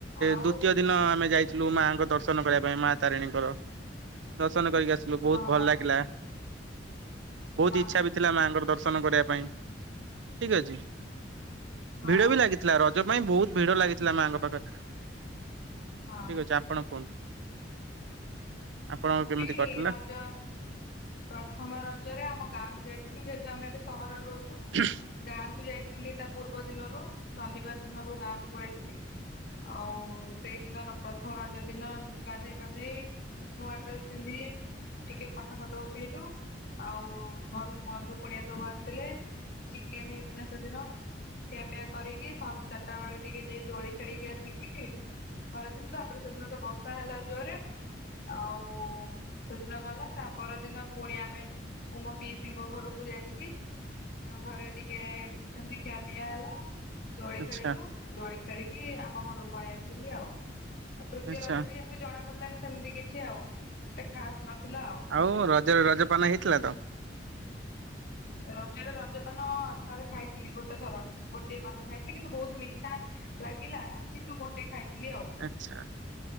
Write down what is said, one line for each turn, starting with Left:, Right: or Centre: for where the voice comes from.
Left: ଆଉ
Right: ଦ୍ଵିତୀୟ ଦିନ ଆମେ ଯାଇଥିଲୁ ମାଙ୍କ ଦର୍ଶନ କରିବା ପାଇଁ ମା ତାରିଣୀଙ୍କର ଦର୍ଶନ କରିକି ଆସିଲୁ।
Left: ହଁ
Right: ବହୁତ୍ ଭଲ
Left: ହଁ
Right: ଲାଗିଲା। ବହୁତ୍
Left: ହଁ
Right: ଇଛା
Left: ହଁ।
Right: ବି ଥିଲା ମାଙ୍କର ଦର୍ଶନ କରିବା ପାଇଁ ଠିକ୍ ଅଛି।
Left: ହଁ ହଁ
Right: ଭିଡ଼ ବି ଲାଗିଥିଲା ରଜ ପାଇଁ ବହୁତ୍ ଭିଡ଼ ଲାଗିଥିଲା ମା'ଙ୍କ ପାଖରେ। ଠିକ୍
Left: ହଁ
Right: ଅଛି ଆପଣ କୁହନ୍ତୁ। ଆପଣଙ୍କ
Left: ମୁଁ
Right: କେମିତି
Left: ବି
Right: କଟିଲା
Left: ରଜ ପ୍ରଥମ ରଜରେ ଆମ ଗାଁକୁୁ ଯାଇଥିଲୁ ଯେହେତୁ ଆମେ ଏବେ ସହରରେ ରହୁଛୁ।
Right: ହଁ
Left: ଗାଁକୁ ଯାଇଥିଲି ତା ପୂର୍ବ ଦିନରୁ, ଶନିବାର ଦିନରୁ ଗାଁକୁୁ ପଳେଇଥିଲି। ଆଉ ସେଇ ଦିନର ପ୍ରଥମ ରଜ ଦିନ ଗାଧେଇ ପାଧେଇ ନୂଆ ଡ୍ରେସ ପିନ୍ଧି ଟିକେ ଫଟୋ ଫଟ ଉଠେଇଲୁ ଆଉ ଘରକୁ ବନ୍ଧୁ କୁଣିଆ ସବୁ ଆସିଥିଲେ। ଚିକେନ ହେଇଥିଲା ସେଦିନ। ଖିଆ ପିଆ କରିକି ସ ଚାରିଟା ବେଳେ ଟିକେ ଯାଇକି ଦୋଳି ଖେଳିକି ଆସିକି ଘରେଥିଲି ତାପରେ ସେଦିନ ତ ବର୍ଷା ହେଲା ଜୋରରେ। ଆଉ ସେଦିନ ଗଲା ତା ପରଦିନ ପୁଣି ଆମେ ମୁଁ ମୋ ପିଇସିଙ୍କ ଘରକୁ ଯାଇଥିଲି। ପିଇସିଙ୍କ ଘରେ ଟିକେ ସେମିତି ଖିଆ ପିଆ ହେଲା। ଦୋଳି
Right: ଆଚ୍ଛା
Left: ଖେଳିଲୁ ଦୋଳି ଖେଳିକି ଆମ ଘରୁକୁ ପଳେଇ ଆସଥିଲି ଆଉ ଆଉ। ଆଉ ତୃତୀୟ
Right: ଆଚ୍ଛା
Left: ରଜଟି ଏମିତି ଜଣା ପଡିଲାନି ସେମିତି କିଛି ଆଉ। ଏତେ ଖାସ ନଥିଲା ଆଉ।
Right: ଆଉ ରଜରେ ରଜପାନ ହେଇଥିଲା ତ?
Left: ରଜରେ ରଜପାନ ଥରେ ଖାଇଥିଲି। ଗୋଟେ ଥର ଗୋଟିଏ ପାନ ଖାଇଥିଲି, କିନ୍ତୁ ବହୁତ ମିଠା ଲାଗିଲା କିନ୍ତୁ ଗୋଟେ ଖାଇ ଥିଲି ଆଉ।
Right: ଆଚ୍ଛା